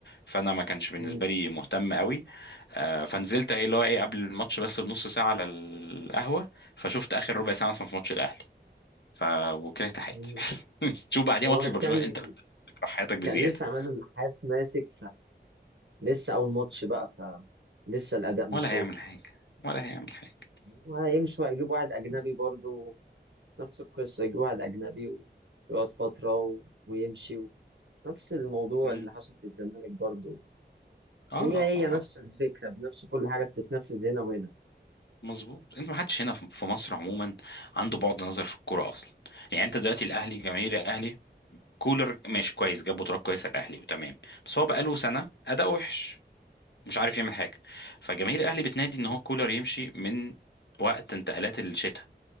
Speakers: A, on the left (about 70°); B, on the right (about 80°).
A: فانا ما كانش بالنسبة
B: مم.
A: لي مهتم قوي آه، فنزلت ايه اللي هو ايه قبل الماتش بس بنص ساعة على القهوة فشفت اخر ربع ساعة مثلا في ماتش الاهلي ف وكرهت حياتي
B: مم.
A: <laughs> شوف بعديها
B: هو
A: ماتش برشلونة
B: كان
A: انتر تكره حياتك بزيادة
B: كان لسه عماد النحاس ماسك فلسه أول ماتش بقى فلسه الأداء مش
A: ولا
B: هو
A: هيعمل حاجة ولا هيعمل حاجة
B: وهيمشوا هيجيب واحد أجنبي برضو نفس القصة يجيب واحد أجنبي ويقعد فترة و... ويمشي و... نفس الموضوع
A: مم.
B: اللي حصل في الزمالك برضو
A: اه
B: هي هي
A: اه
B: نفس الفكرة بنفس كل حاجة بتتنفذ هنا وهنا
A: مظبوط انت ما حدش هنا في في مصر عموما عنده بعد نظر في الكوره اصلا يعني انت دلوقتي الاهلي جماهير الاهلي كولر ماشي كويس جاب بطولات كويسه الاهلي وتمام بس هو بقاله سنه اداء وحش مش عارف يعمل حاجه فجماهير الاهلي بتنادي ان هو كولر يمشي من وقت انتقالات الشتاء